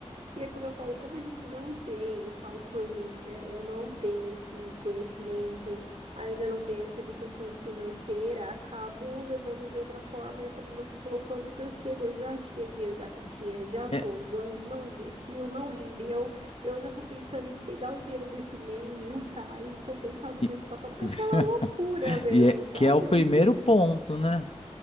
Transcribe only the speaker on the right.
E é como eu falo, como a gente não tem, eu falo por mim, né? Eu não tenho esse conhecimento, ainda não tenho essa educação financeira, acabo levando de outra forma. E é como você falou, quando percebo, eu já tirei dinheiro da caixinha, já estou
usando, não investiu, não rendeu. Eu já estou pensando em pegar o dinheiro desse mês, juntar e completar o do
mês passado.
Aquela loucura mesmo,
sabe?